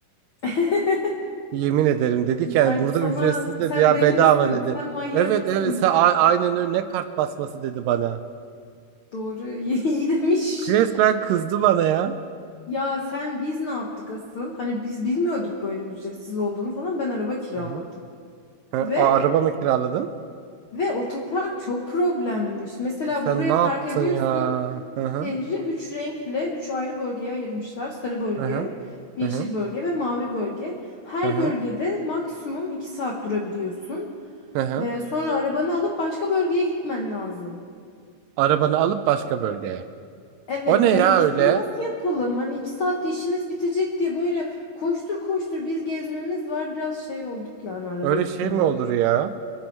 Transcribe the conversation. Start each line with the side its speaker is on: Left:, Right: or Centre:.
Left: <laughs>
Right: Yemin ederim dedi ki yani
Left: Yani
Right: burada
Left: sana
Right: ücretsiz dedi
Left: sen
Right: ya
Left: deli
Right: bedava
Left: misin?
Right: dedi.
Left: Sen manyak
Right: Evet
Left: mısın?
Right: evet sen a- aynen öyle ne kart basması dedi bana.
Left: Doğru. <laughs> İyi, iyi demiş.
Right: Resmen kızdı bana ya.
Left: Ya sen biz ne yaptık asıl? Hani biz bilmiyorduk böyle ücretsiz olduğunu falan. Ben araba kiraladım.
Right: Hı hı. Hı,
Left: Ve
Right: a- araba mı kiraladın?
Left: ve otopark çok problemmiş. Mesela
Right: Sen
Left: buraya
Right: ne yaptın
Left: park ediyorsun.
Right: ya? Hı
Left: Şehri
Right: hı.
Left: üç renkle üç ayrı bölgeye ayırmışlar. Sarı bölge,
Right: Hı hı.
Left: yeşil
Right: Hı hı.
Left: bölge ve mavi bölge. Her
Right: Hı hı.
Left: bölgede maksimum iki saat durabiliyorsun.
Right: Hı hı.
Left: Ee, sonra arabanı alıp başka bölgeye gitmen lazım.
Right: Arabanı alıp başka bölgeye.
Left: Evet
Right: O ne ya
Left: hani biz
Right: öyle?
Left: bunu nasıl yapalım? Hani iki saatte işimiz bitecek diye böyle koştur koştur biz gezmemiz var. Biraz şey olduk yani araba
Right: Öyle
Left: yüzünden.
Right: şey mi olur ya?